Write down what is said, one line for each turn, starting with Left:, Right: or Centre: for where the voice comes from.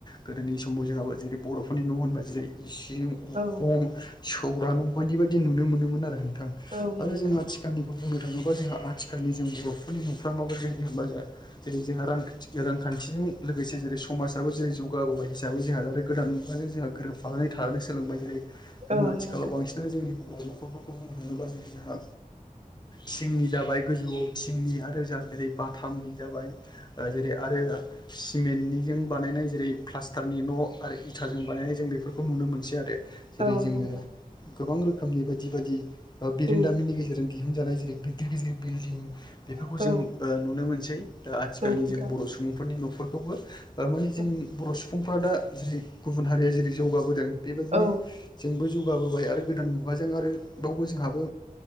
Left: गोदोनि समाव जोंहाबो जेरै बर'फोरनि न' होनबा जेरै इसिं उखं
Right: औ
Left: सौरा न' बायदि बाय दि नुनो मोनोमोन आरो नोंथां
Right: औ नंगौ
Left: आरो
Right: नोंथां
Left: जों आथिखालनि। बुंनो थाङोबा जोंहा आथिखालनि जों बर'फोरनि न'फ्रा माबादि हमबा जा जेरै जोंहा रांखान्थि रा थिजों लोगोसे जेरै समाजाबो जेरै जौगाबोबाय हिसाबै जोंहा आरो गोदान मुगाजों जोंहा गोरोब। बानानै थानो सोलोंबाय जेरै जों
Right: औ
Left: आथिखालाव
Right: नंगौ नोंथां
Left: बांसिनानो
Right: औ
Left: जों बर' न'खरफोरखौ बुंनो थाङोब्ला जों जोंहा। थिंनि जाबाय गोजौआव थिंनि आरो जा जेरै बाथामनि जाबाय। ओ जेरै आरो। सिमेन्टनिजों बानायनाय जेरै प्लास्टारनि न' आरो इथाजों बानायनाय जों बेफोरखौ नुनो मोनसै आरो। जेरै
Right: औ नंगौ
Left: जोङो
Right: नोंथां
Left: गोबां रोखोमनि बायदि बायदि ओ बिरोंदामिनि
Right: उम
Left: गेजेरजोंं। दिहुनजानाय जेरै गिदिर गिदिर बिल्डिं बेफोरखौ
Right: औ
Left: जों नुनो ओ मोनसै। दा आथिखालनि
Right: नंगौ नोंथां
Left: जों बर' सुबुंफोरनि न'फोरखौबो ओ माने जों
Right: औ
Left: बर' सुफुं फादा जेरै गुबुन हारिया जेरै जौगाबोदों बेबायदिनो
Right: औ
Left: जोंबो जौगाबोबाय आरो गोदान मुगाजों आरो बावबो जोंहाबो